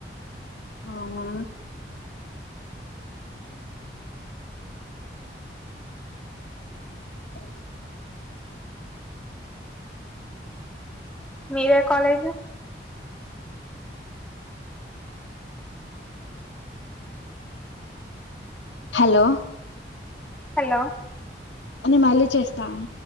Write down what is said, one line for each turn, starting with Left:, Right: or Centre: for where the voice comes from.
Left: అవును అ
Centre: మీరే కాలేజ్
Left: హలో
Centre: హలో
Left: నే మళ్ళీ చేస్తాను